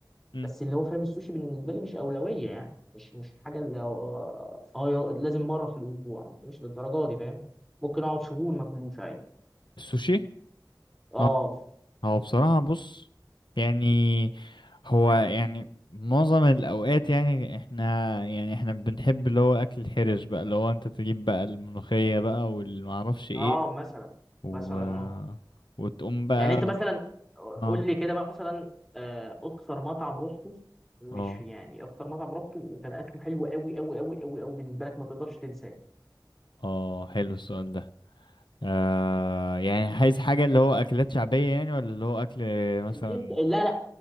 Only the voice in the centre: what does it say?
بس اللي هو فاهم السوشي بالنسبه لي مش اولويه يعني مش مش الحاجه اللي اه آه، لازم مره في الاسبوع مش للدرجه دي فاهم ممكن اقعد شهور ما اكلوش عادي
اه
اه مثلا
مثلا اه
يعني انت مثلا قول
لي كده مثلا آه، اكتر مطعم روحته مش
يعني اكتر مطعم روحته وكان اكله حلو قوي قوي قوي قوي قوي بالنسبه لك ما تقدرش تنساه
اللي انت لا لا